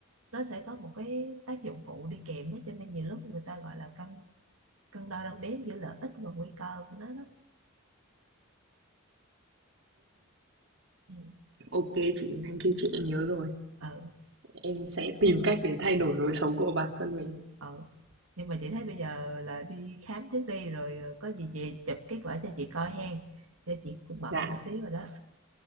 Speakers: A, on the right; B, on the right.
A: nó sẽ có một cái tác dụng phụ đi kèm á cho nên nhiều lúc người ta gọi là cân cân đo đong đếm giữa lợi ích và nguy cơ của nó đó ừ
B: OK chị, thank kêu chị, em nhớ rồi.
A: ờ
B: Em sẽ tìm cách để thay đổi lối sống của bản thân mình.
A: ờ nhưng mà chị thấy bây giờ là đi khám trước đi rồi có gì về chụp kết quả cho chị coi hen cho chị cũng bận
B: Dạ,
A: một xíu rồi đó